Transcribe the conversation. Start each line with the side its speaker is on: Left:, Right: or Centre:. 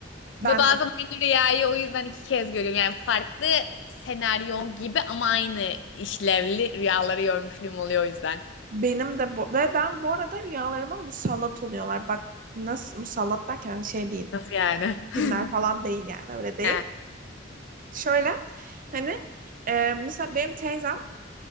Right: Ben
Left: Ve bazen
Right: de
Left: aynı rüyayı o yüzden iki kez görüyorum. Yani farklı senaryo gibi ama aynı işlevli rüyaları görmüşlüğüm oluyor o yüzden.
Right: benim de bu, ve ben bu arada rüyalarıma musallat oluyorlar. Bak nasıl musallat derken şey değil.
Left: Nasıl yani?
Right: Cinler
Left: <laughs>
Right: falan değil yani öyle değil.
Left: He,
Right: Şöyle hani e, mesela benim teyzem